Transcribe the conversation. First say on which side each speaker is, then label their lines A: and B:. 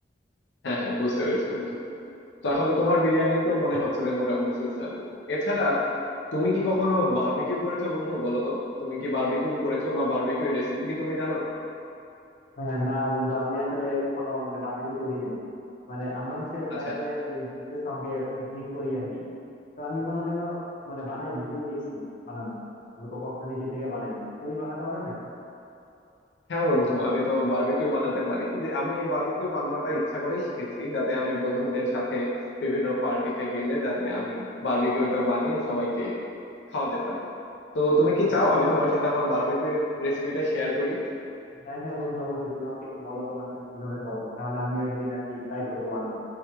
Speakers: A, on the left (about 80°); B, on the left (about 50°).
A: হ্যাঁ হ্যাঁ বুঝতে পেরেছি বন্ধু তাহলে তোমার বিরিয়ানিটাও মনে হচ্ছে যে মোটামুটি সুস্বাদু এছাড়া তুমি কি কখনো বারবিকিউ করেছো বন্ধু বলো তো তুমি কি বারবিকিউ করেছো বা বারবিকিউ রেসিপি কি তুমি জানো
B: হ্যাঁ না বন্ধু আমি আসলে কখনো মানে বারবিকিউ করি নাই মানে আমরা হচ্ছে প্রায়
A: আচ্ছা
B: প্রায় ওই বন্ধুদের সঙ্গে পিকনিক করি আর কি তো আমি কোনোদিনও মানে বানাইনি শুধু দেখছি বানানো তবে কো- কখনো নিজে থেকে বানাইনি তুমি বানাতে পারো নাকি
A: হ্যাঁ বন্ধু আমি তো বারবিকিউ বানাতে পারি যে আমি এই বারবিকিউ বানানোটা ইচ্ছা করেই শিখেছি যাতে আমি বন্ধুদের সাথে বিভিন্ন পার্টিতে গেলে যাতে আমি বারবিকিউটা বানিয়ে সবাইকে খাওয়াতে পারি তো তুমি কি
B: আচ্ছা
A: চাও
B: বন্ধু
A: আমি তোমার সাথে আমার বারবিকিউ এর রেসিপিটা শেয়ার করি
B: হ্যাঁ হ্যাঁ বন্ধু অবশ্যই তুমি আমাকে একটু বলো তো মানে তুমি কিভাবে করো তাহলে আমিও একদিন আর কি ট্রাই করবো বানানো